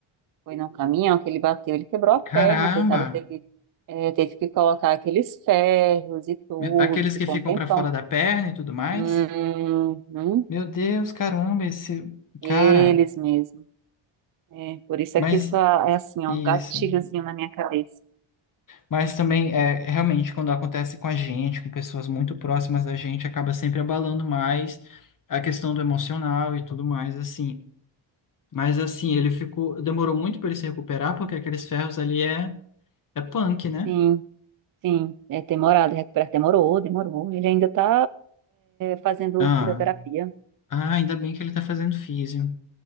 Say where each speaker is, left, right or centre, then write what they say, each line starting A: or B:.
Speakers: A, on the right; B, on the left.
A: foi num caminhão que ele bateu, ele quebrou a perna,
B: Caramba!
A: coitado, teve é, teve que colocar aqueles ferros e tudo,
B: Meu- Aqueles
A: ficou
B: que ficam
A: um tempão
B: pra fora da perna e tudo mais?
A: Uhum,
B: Meu Deus, caramba, esse
A: aqueles
B: Cara,
A: mesmo. É, por isso
B: Mas
A: é que isso é assim,
B: isso.
A: é um gatilhozinho na minha cabeça.
B: Mas também é realmente quando acontece com a gente, com pessoas muito próximas da gente, acaba sempre abalando mais a questão do emocional e tudo mais assim. Mas assim, ele ficou, demorou muito para ele se recuperar, porque aqueles ferros ali é é punk, né?
A: Sim, sim, é demorado, é recuperar demorou, demorou. Ele ainda está fazendo
B: Ah,
A: fisioterapia.
B: ah, ainda bem que ele tá fazendo físio.